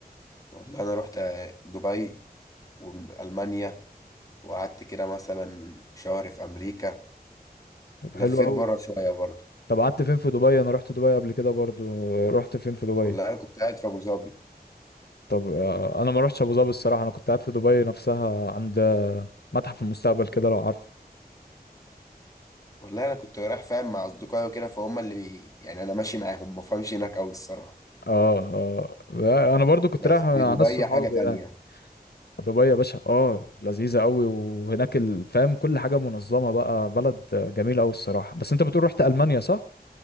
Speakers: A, on the left; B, on the left.
A: والله انا رحت آه، دبي والمانيا وقعدت كده مثلا شهر في امريكا
B: طب
A: لفيت
B: حلو قوي
A: بره شويه برضه
B: طب قعدت فين في دبي انا رحت دبي قبل كده برضو رحت فين في دبي
A: والله انا كنت قاعد في ابو ظبي
B: طب آه، انا ما رحتش ابو ظبي الصراحه انا كنت قاعد في دبي نفسها عند آه، متحف المستقبل كده لو عارف
A: والله انا كنت رايح فاهم مع اصدقائي وكده فهم اللي بي... يعني انا ماشي معاهم ما فهمش هناك قوي الصراحه
B: اه اه لا، انا برضو كنت
A: بس
B: رايح مع
A: دبي
B: ناس صحابي
A: حاجه تانية
B: يعني دبي يا باشا اه لذيذه قوي وهناك ال- فاهم كل حاجه منظمه بقى بلد جميله قوي الصراحه بس انت بتقول رحت المانيا صح